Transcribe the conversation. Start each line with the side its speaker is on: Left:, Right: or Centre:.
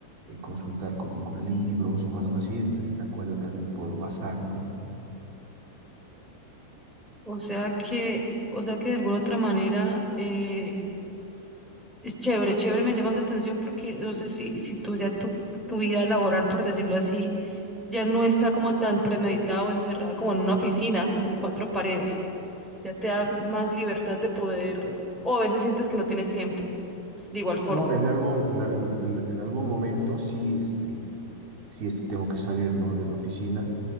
Right: eh, consultar con, con libros o algo así, en la, en la cual yo también puedo basar, ¿no?
Centre: O sea que, o sea que de alguna otra manera eh, es chévere, chévere, me llama la atención porque no sé si, si tú ya tu, tu vida laboral, por decirlo así, ya no está como tan premeditada o encerrada como en una oficina, como en cuatro paredes Ya te da más libertad de poder, o a veces sientes que no tienes tiempo, de igual forma.
Right: No, en algún, en, al- en- en- en algún momento sí, este, sí, este tengo que salir, ¿no? De la oficina.